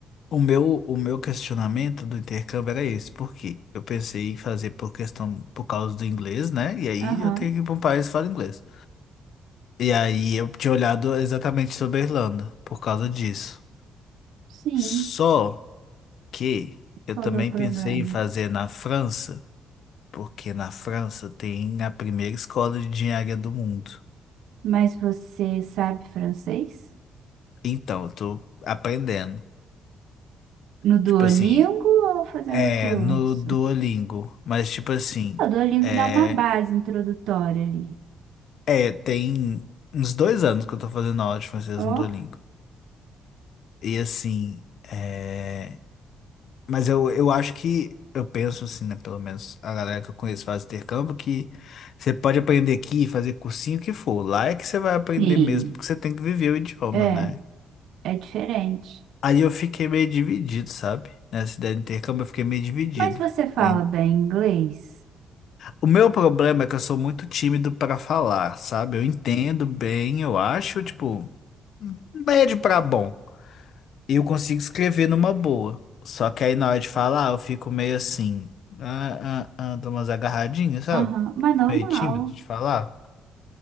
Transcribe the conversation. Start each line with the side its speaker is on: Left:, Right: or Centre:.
Left: o meu, o meu questionamento do intercâmbio era esse, por quê? Eu pensei em fazer por questão, por causa do inglês, né? E aí
Right: Aham,
Left: eu tenho que ir para um país que fala inglês. E aí eu tinha olhado exatamente sobre a Irlanda, por causa disso.
Right: sim.
Left: Só que eu
Right: Qual
Left: também
Right: que é o
Left: pensei
Right: problema?
Left: em fazer na França, porque na França tem a primeira escola de engenharia do mundo.
Right: Mas você sabe francês?
Left: Então, eu tô aprendendo.
Right: No Duolingo
Left: Tipo assim,
Right: ou fazendo
Left: é
Right: curso?
Left: no Duolingo, mas tipo assim,
Right: Ah, O Duolingo
Left: é,
Right: dá uma base introdutória ali.
Left: é tem uns dois anos que eu tô fazendo aula de francês
Right: Ó,
Left: no Duolingo. E assim, é. Mas eu, eu acho que, eu penso assim, né? Pelo menos a galera que eu conheço faz intercâmbio, que você pode aprender aqui, fazer cursinho o que for. Lá é que você vai aprender
Right: sim.
Left: mesmo, porque você tem que viver o idioma,
Right: É,
Left: né?
Right: é diferente.
Left: Aí eu fiquei meio dividido, sabe? Nessa ideia de intercâmbio eu fiquei meio dividido.
Right: Mas você fala
Left: Em-
Right: bem inglês?
Left: O meu problema é que eu sou muito tímido para falar, sabe? Eu entendo bem, eu acho, tipo, médio para bom. E eu consigo escrever numa boa. Só que aí na hora de falar, eu fico meio assim, ah, ah, ah, dou umas agarradinhas, sabe?
Right: Aham, mas normal.
Left: meio tímido de falar.